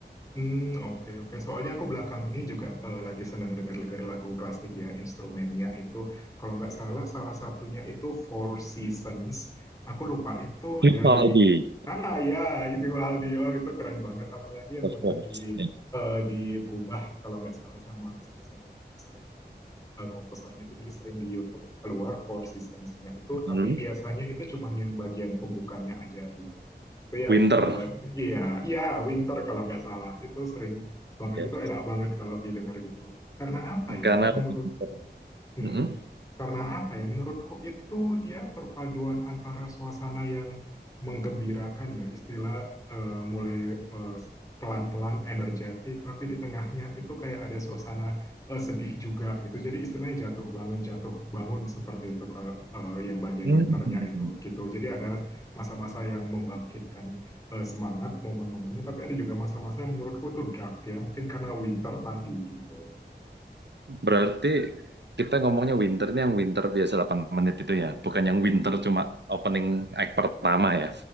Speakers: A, on the left; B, on the right.
A: Hmm oke oke. Soalnya aku belakang ini juga, eee, lagi senang dengar-dengar lagu klasik ya, instrumennya itu kalau nggak salah, salah satunya itu Four Seasons, aku lupa itu
B: Vivaldi,
A: dari ah, ya Vivaldi, oh itu keren banget, apalagi yang
B: of
A: udah
B: course.
A: di
B: Yeah.
A: eee, digubah kalau nggak salah sama salah satu komposer yang paling eee, komposernya itu jadi sering di YouTube keluar Four Seasons-nya itu, tapi
B: Hmm.
A: biasanya itu cuman yang bagian pembukanya aja gitu itu yang
B: Winter,
A: eh, iya iya winter kalau nggak salah itu sering banget
B: Yes.
A: itu enak banget kalau didengar gitu karena apa ya
B: karena
A: kalau menurut
B: winter.
A: Mm-mm.
B: Mm-mm.
A: Karena apa ya? Menurutku itu dia perpaduan antara suasana yang menggembirakan ya, istilah eh, mulai eh, pelan-pelan energetik, tapi di tengahnya itu kayak ada suasana eh, sedih juga gitu. Jadi istilahnya jatuh bangun jatuh bangun seperti itu kalau eh, yang bagian
B: Hmm.
A: winternya itu gitu. Jadi ada masa-masa yang membangkitkan eh, semangat momen-momennya, tapi ada juga masa-masa yang menurutku itu dark ya, mungkin karena winter tadi gitu.
B: Berarti kita ngomongnya winter ini yang winter biasa 8 menit itu ya, bukan yang winter cuma opening act pertama ya.